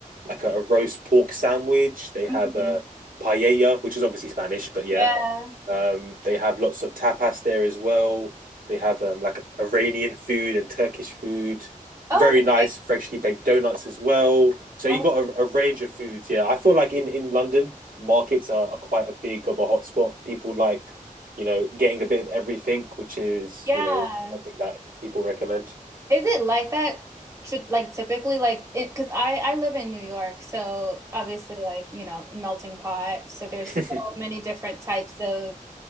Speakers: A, on the right; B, on the right.
A: like a, a roast pork sandwich. They have
B: Mhm.
A: a paella, which is obviously Spanish, but yeah.
B: Yeah.
A: Um, they have lots of tapas there as well. They have um, like Iranian food and Turkish food. Very
B: Okay.
A: nice, freshly baked donuts as well. So
B: Oh,
A: you got a, a range of foods. Yeah, I feel like in in London, markets are, are quite a big of a hotspot. People like, you know, getting a bit of everything, which is,
B: yeah.
A: you know, something that people recommend.
B: Is it like that? tr- Like typically, like it, because I I live in New York, so obviously, like you know, melting pot. So there's
A: <laughs>
B: so many different types of